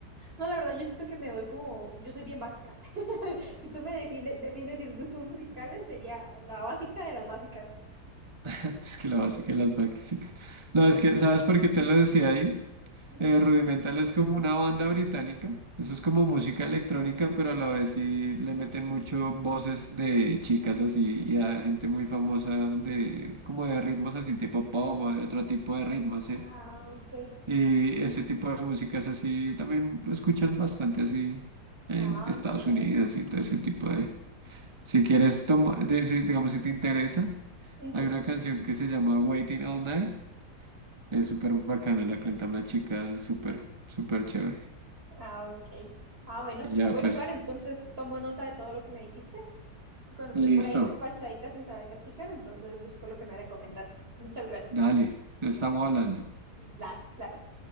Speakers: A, on the right; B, on the right.
A: No, la verdad, yo siento que me voy como. Yo soy bien básica. <laughs> Si tú me define- defines mis gustos musicales, sería la básica de las básicas.
B: <laughs> Es que la básica de las básicas. No, es que, ¿sabes por qué te lo decía ahí?
A: Ujú,
B: Eh, Rudimental es como una banda británica, eso es como música electrónica, pero a la vez sí le meten mucho voces de chicas así y a gente muy famosa de como de ritmos así tipo pop o de otro tipo de ritmos, ¿sí?
A: Ah, ok.
B: Y ese tipo de músicas así también lo escuchan bastante así en
A: Ah,
B: Estados
A: ok.
B: Unidos y todo ese tipo de... Si quieres, toma, de- si- digamos, si te interesa,
A: ujú.
B: hay una canción que se llama Waiting All Night, es súper bacana, la canta una chica súper, súper chévere.
A: Ah, ok. Ah, bueno.
B: Ya,
A: Bueno,
B: pues,
A: Juan, entonces tomo nota de todo lo que me dijiste. Y cuando
B: listo.
A: esté por ahí despachadita sin saber qué escuchar, entonces busco lo que me recomendaste. Muchas gracias.
B: Dale, te estamos hablando.
A: La, claro.